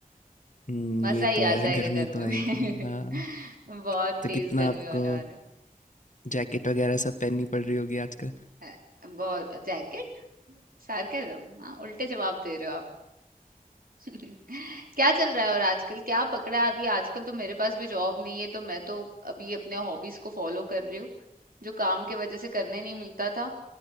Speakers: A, on the left; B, on the right.
A: हम्म,
B: मजा
A: ये
B: ही
A: तो
B: आ
A: है
B: जाएगा
A: <laughs> गर्मी
B: गर्मी
A: तो आएगी
B: में
A: हाँ
B: <laughs> बहुत
A: तो
B: तेज
A: कितना
B: गर्मी
A: आपको
B: होने वाली है
A: जैकेट वगैरह सब पहननी पड़ रही होगी आजकल
B: अ, बहुत जैकेट सार्केज्म हाँ उल्टे जवाब दे रहे हो आप <laughs> क्या चल रहा है और आजकल क्या पकड़ा है अभी आजकल तो मेरे पास भी जॉब नहीं है तो मैं तो अभी अपने हॉबीज को फॉलो कर रही हूँ जो काम की वजह से करने नहीं मिलता था